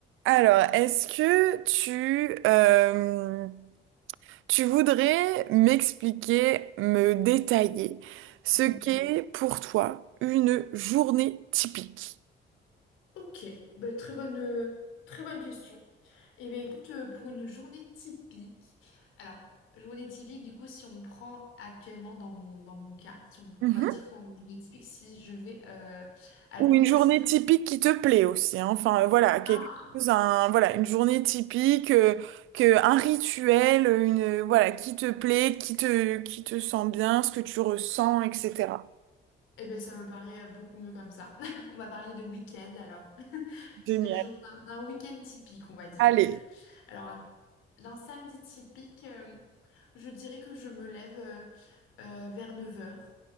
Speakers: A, on the right; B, on the left.
A: Alors, est-ce que tu, euh, tu voudrais m'expliquer, me détailler ce
B: Mhm.
A: qu'est pour toi une journée typique?
B: Ok, Ben, très bonne, euh, très bonne question. Eh bien, écoute, euh, pour une journée typique, alors, journée typique, du coup, si on prend actuellement dans mon, dans mon cas, si on,
A: Mhm.
B: on va dire qu'en journée typique, si je vais euh, à
A: Ou
B: l'université.
A: une journée typique qui te plaît aussi, hein. Enfin, voilà, quelque
B: Ah,
A: chose, un, voilà, une journée typique, euh, que, un rituel, une, voilà, qui te plaît, qui te, qui te sent bien, ce que tu ressens, etc.
B: eh bien, ça me paraît euh, beaucoup mieux comme ça. <laughs> On va parler de week-end alors. <laughs>
A: Génial.
B: D'une jour- D'un d'un week-end typique, on va dire.
A: Allez.
B: alors d'un samedi typique, euh, je dirais que je me lève euh, euh, vers neuf heures.